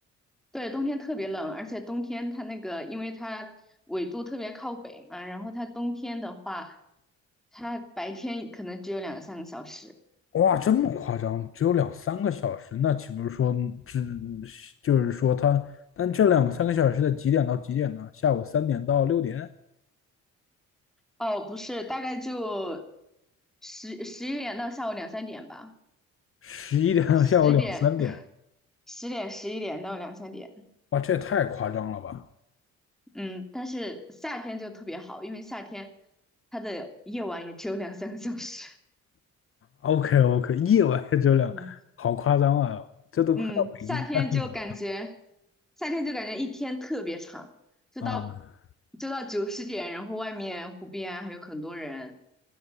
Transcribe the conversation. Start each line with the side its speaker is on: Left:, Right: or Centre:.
Centre: 对，冬天特别冷，而且冬天它那个，因为它纬度特别靠北嘛，然后它冬天的话，它白天可能只有两三个小时。
Left: 哇，这么夸张，只有两三个小时，那岂不是说只就是说它？但这两三个小时在几点到几点呢？下午三点到六点，
Centre: 哦，不是，大概就十十一点到下午两三点吧，
Left: 十一点到下午两三点，
Centre: 十点 <laughs> 十点十一点到两三点。
Left: 哇，这也太夸张了吧
Centre: 嗯，但是夏天就特别好，因为夏天它的夜晚也只有两三个小时。
Left: ？OK OK，夜晚也只有两，
Centre: <laughs> 嗯，
Left: 好夸张啊，这都快到北极圈里了
Centre: 嗯，夏天就感觉，夏天就感觉一天特别长，就到
Left: 啊！
Centre: 就到九十点，然后外面湖边还有很多人。